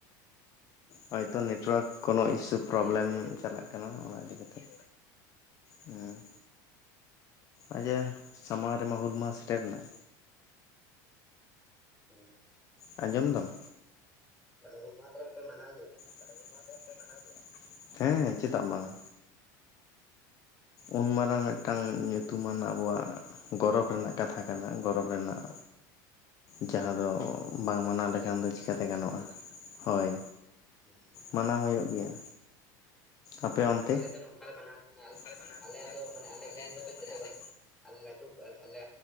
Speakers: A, on the left (about 35°); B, in the centre.
A: ᱦᱚᱭᱛᱚ ᱱᱮᱴᱳᱭᱟᱨᱠ ᱠᱳᱱᱳ ᱤᱥᱩ ᱯᱨᱚᱵᱞᱮᱢ
B: ᱤᱧᱟᱜ ᱨᱚᱲ ᱟᱸᱡᱚᱢᱚᱜ
A: ᱪᱟᱞᱟᱜ ᱠᱟᱱᱟ ᱚᱱᱟ ᱤᱫᱤ ᱠᱟᱛᱮᱫ ᱦᱮᱸ
B: ᱦᱩᱸ
A: ᱟᱪᱪᱷᱟ ᱥᱟᱢᱟᱝ ᱨᱮᱢᱟ ᱦᱩᱞ ᱢᱟᱦᱟ ᱥᱮᱴᱮᱨᱱᱟ?
B: ᱦᱩᱸ
A: ᱟᱸᱡᱚᱢ ᱫᱟᱢ?
B: ᱛᱟᱦᱚᱞᱮ ᱦᱩᱞ ᱢᱟᱦᱟ ᱠᱚᱨᱮᱫ ᱯᱮ ᱢᱟᱱᱟᱣ ᱜᱮᱭᱟ?
A: ᱛᱟᱦᱚᱞᱮ ᱦᱩᱞ ᱢᱟᱦᱟ ᱠᱚᱨᱮᱫ ᱯᱮ ᱢᱟᱱᱟᱣ ᱜᱮᱭᱟ? ᱦᱮᱸ ᱪᱮᱫᱟᱜ ᱵᱟᱝ? ᱩᱱ
B: ᱚ
A: ᱢᱟᱨᱟᱝ ᱢᱤᱫᱴᱟᱝ ᱧᱩᱛᱩᱢᱟᱱ ᱟᱵᱚᱣᱟᱜ ᱜᱚᱨᱚᱵᱽ ᱨᱮᱱᱟᱜ ᱠᱟᱛᱷᱟ ᱠᱟᱱᱟ ᱜᱚᱨᱚᱵᱽ ᱨᱮᱱᱟᱜ ᱡᱟᱦᱟᱸ ᱫᱚ ᱵᱟᱝ
B: ᱚᱱᱟ
A: ᱢᱟᱱᱟᱣ
B: ᱦᱚᱸ ᱡᱩᱫᱤ
A: ᱞᱮᱠᱷᱟᱱ
B: ᱵᱟᱢ
A: ᱫᱚ ᱪᱤᱠᱟᱹᱛᱮ ᱜᱟᱱᱚᱜᱼᱟ ᱦᱳᱭ᱾
B: ᱦᱮᱸ
A: ᱢᱟᱱᱟᱣ ᱦᱳᱭᱳᱜ ᱜᱮᱭᱟ ᱟᱯᱮ ᱚᱱᱛᱮ?
B: ᱟᱞᱮ ᱫᱚ ᱱᱚᱝᱠᱟ ᱞᱮ ᱢᱟᱱᱟᱣ ᱛᱟᱦᱮᱱᱟ
A: <unintelligible>
B: ᱟᱞᱮ ᱫᱚ ᱢᱟᱱᱮ
A: ᱟᱞᱮ
B: ᱠᱩᱞᱦᱤ
A: ᱫᱚ
B: ᱢᱚᱛᱚᱡ
A: ᱢᱟᱱᱮ
B: ᱛᱮᱫᱚ
A: ᱟᱞᱮ
B: ᱵᱟᱝ ᱟᱞᱮ ᱞᱟᱹᱴᱩ ᱟᱞᱮ